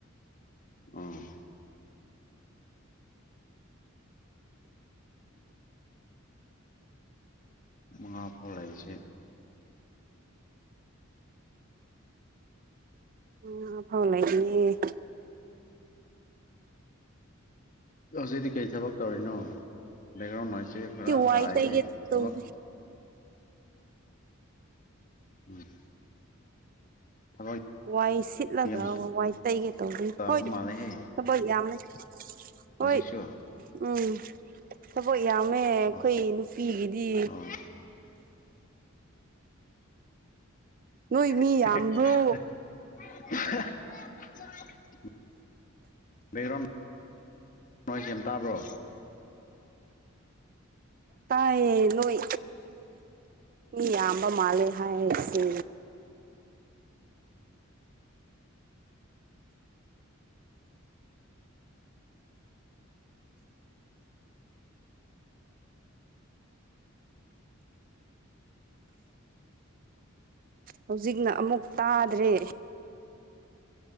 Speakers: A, on the left; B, on the right.
A: ꯎꯝ ꯃꯉꯥ ꯐꯥꯎ ꯂꯩꯥꯏꯁꯦ
B: ꯑ ꯐꯥꯎ ꯂꯩꯔꯤꯌꯦ
A: ꯍꯧꯖꯤꯗꯤ ꯀꯩ ꯊꯕ ꯀꯧꯔꯤ ꯅ ꯦꯛꯒ꯭ꯔꯥꯎꯟ ꯅ ꯁꯦ ꯐꯔꯥꯇꯑ
B: ꯋꯥꯏ ꯇꯩꯒꯦ ꯇꯧꯔꯤ
A: ꯊꯕꯛ ꯎꯝ ꯊꯕꯛ
B: ꯋꯥꯏ ꯁꯤꯠꯂꯒ
A: ꯌꯥꯝ
B: ꯋꯥꯏ ꯇꯩꯒꯦ ꯇꯧꯕꯒꯅꯤ
A: ꯇꯥꯕ
B: ꯍꯣꯏ
A: ꯃꯥꯜꯂꯦꯍꯦ
B: ꯊꯕꯛ ꯌꯥꯝꯃꯦ
A: ꯍꯧꯖꯤꯛꯁꯨ
B: ꯍꯣꯏ ꯎꯝ ꯊꯕꯛ ꯌꯥꯝꯃꯦ ꯑꯩꯈꯣꯏ
A: ꯑꯥ
B: ꯅꯨꯄꯤꯒꯤꯗꯤ
A: ꯑꯥ
B: ꯅꯣꯏ
A: <inaudible>
B: ꯃꯤ ꯌꯥꯝꯕ꯭ꯔꯣ
A: <inaudible> ꯂꯩꯔꯣꯟ ꯅꯣꯏ ꯁꯦꯝ ꯇꯥꯕ꯭ꯔꯣ
B: ꯇꯥꯏꯌꯦ ꯅꯣꯏ ꯃꯤ ꯌꯥꯝꯕ ꯃꯥꯜꯂꯦ ꯍꯥꯏꯔꯁꯦ ꯍꯧꯖꯤꯛꯅ ꯑꯃꯨꯛ ꯇꯥꯗ꯭ꯔꯦ